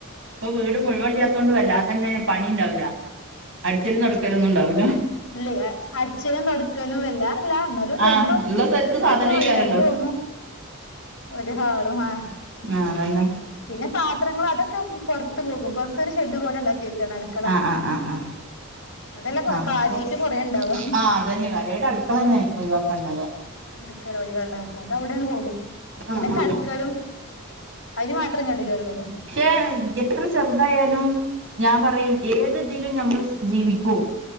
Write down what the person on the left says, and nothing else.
ഇല്ല അടിച്ചലും തൊടക്കലും വല്ലാതല്ല ന്നാലും
രണ്ട് റൂം
ഇല്ല
സ്ഥലം മതി രണ്ട് റൂമും ഒര് ഹാളും ആഹ്
പിന്നെ പാത്രങ്ങള് അതൊക്കെ പൊർത്ത് പോകും പൊർത്തൊരു ഷെഡ് പോലെണ്ടാക്കി അടുക്കള
അതെല്ല കൊ
കാര്യായ്ട്ട്
കൊറേണ്ടാവ
അടുക്കള ഒയിവാണ്ട അത് അവിടെയാണ് പോകും പിന്നെ
കടുക്കലും അതിന് മാത്രം ഇങ്ങട്ട് കേറുള്ളൂ